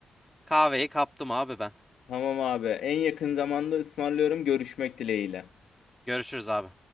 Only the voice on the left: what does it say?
Tamam abi. En yakın zamanda ısmarlıyorum görüşmek dileğiyle.